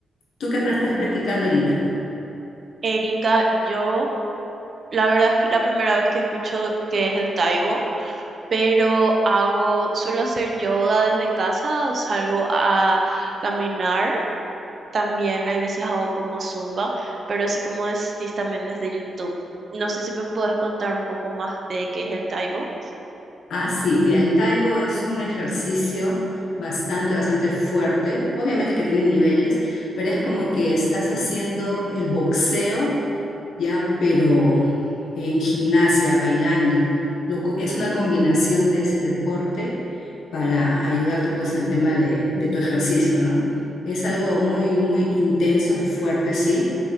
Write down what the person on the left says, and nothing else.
¿Tú qué pra- estás practicando ahorita?
Ah, sí, mira, el Taibo es un ejercicio bastante, bastante fuerte. Obviamente que tiene niveles, pero es como que estás haciendo el boxeo, ya, pero en gimnasia, bailando. Lo co- es una combinación de ese deporte para ayudarte, pues, al tema de, de tu ejercicio, ¿no? Es algo muy, muy intenso, es fuerte, sí,